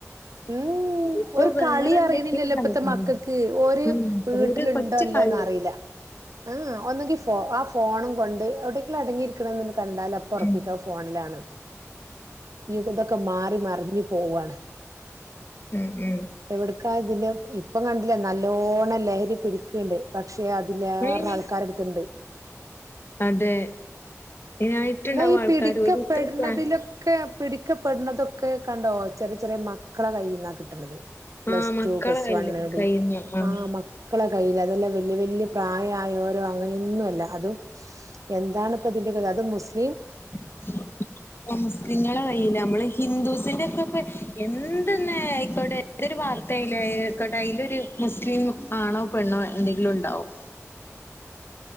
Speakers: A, on the right (about 85°); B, on the left (about 45°).
A: ഉം ഉം
B: ഇപ്പൊ
A: ഒരു
B: വേറെന്തൊക്കെയോ
A: കളി അറിയ്ണില്ലല്ലോ
B: കളികളാ
A: ഇപ്പത്തെ മക്കക്ക് ഓര്
B: ഉം
A: വീട്ടിലുണ്ടോ
B: ഓര് കൊച്ചു
A: ഇല്ലേന്ന്
B: കളിയാ
A: അറീല ഹേ ഒന്നങ്കി ആ ഫോണും കൊണ്ട് എവിടേങ്കിലും അടങ്ങിയിരിക്കണ കണ്ടാല് അപ്പ ഒർപ്പിക്കാ
B: ഉം
A: അഹ് ഫോൺലാണ് ഞ് ഇതൊക്കെ മാറി മർഞ് പോവാണ്
B: ഉം ഉം
A: എവിട്ക്ക ഇതി ഇപ്പം കണ്ട്ലേ നല്ലോണം ലഹരി പിടിക്ണ്ട് പക്ഷെ പക്ഷെ അതിലേറെ
B: ഏയ്
A: ആൾക്കാരെ എട്ത്ണ്ട്
B: അതെ ഇതിനായിട്ടുണ്ടാവും
A: എന്നാ ഈ
B: ആൾക്കാര്
A: പിടിക്കപ്പെട്ണതിലൊക്കെ
B: ഓല് ഇത്ര പ്രാ
A: പിടിക്കപ്പെടുന്നതൊ ക്കെ കണ്ടോ ചെറിയ ചെറിയ മക്കളെ കൈയ്യിന്നാ കിട്ട്ണത് പ്ലസ്റ്റു,
B: ആഹ് മക്കളെ
A: പ്ലസ്
B: കയ്യില്
A: വണ്ണ്, ഡി
B: കയ്യിന്ന് ആഹ്
A: ആ മ ക്കളെ കയ്യില് അതെല്ല വല്യ വല്യ പ്രായയോരോ അങ്ങനെന്നും അല്ല അതും എന്താണ് ഇപ്പോ ഇതിന്റെ കഥ അത് മുസ്
B: <unintelligible> മുസ്ലിങ്ങളുടെ കയ്യിലാ. നമ്മള് ഹിന്ദുസിന്റെ <unintelligible> എന്തെന്നെ ആയ്ക്കോട്ടെ ഏതൊരു വാർത്തയിലായാലോ ആയ്ക്കോട്ടെ അതിലൊരു മുസ്ലിം ആണോ പെണ്ണോ എന്തെങ്കിലും ഉണ്ടാവും.